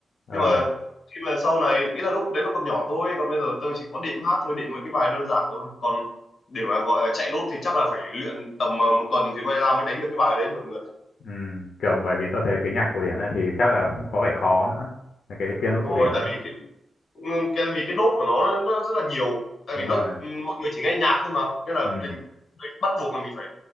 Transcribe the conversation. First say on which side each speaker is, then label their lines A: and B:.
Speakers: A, on the left (about 80°); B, on the left (about 55°).
A: ờ
B: nhưng mà khi mà sau này ý là lúc đấy là còn nhỏ thôi còn bây giờ tôi chỉ có đệm hát thôi đệm mấy cái bài đơn giản thôi còn để mà gọi là chạy nốt thì chắc là phải luyện tầm ờ, một tuần thì may ra mới đánh được cái bài đấy một mượt
A: ừ. kiểu bởi vì tôi thấy cái nhạc cổ điển ấy thì chắc là cũng có vẻ khó nữa Là cái piano
B: đúng
A: cổ
B: rồi
A: điển ấy
B: tại vì Ừ, cái vì cái nốt của nó, nó rất là nhiều tại
A: đúng
B: vì nó
A: rồi
B: ừ, mọi người chỉ nghe nhạc thôi mà nên là
A: ừ
B: mình, mình bắt buộc là mình phải